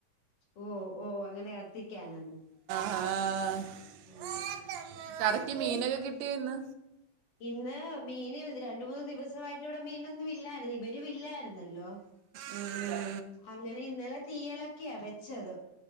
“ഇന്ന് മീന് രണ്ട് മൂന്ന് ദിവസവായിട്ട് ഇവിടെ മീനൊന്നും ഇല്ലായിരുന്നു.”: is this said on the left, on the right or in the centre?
Left